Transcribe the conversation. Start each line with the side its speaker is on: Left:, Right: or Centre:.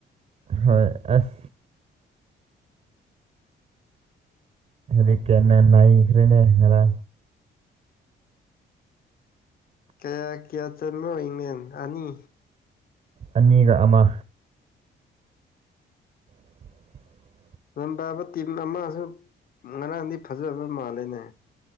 Right: ꯍꯣꯏ ꯑꯁ ꯇ ꯀꯦꯅ ꯅꯥꯏꯈꯔꯦꯅꯦ ꯈꯔ
Left: ꯀꯌꯥ ꯀꯌꯥ ꯆꯣ ꯏꯪꯂꯪꯂꯦꯟ ꯑꯅꯤ
Right: ꯑꯅꯤꯒ ꯑꯃ <inaudible>
Left: ꯂꯝ ꯄꯥꯕ ꯇꯤꯝ ꯑꯃꯁꯨ ꯉꯔꯥꯡꯗꯤ ꯐꯖꯕ ꯃꯥꯜꯂꯦꯅꯦ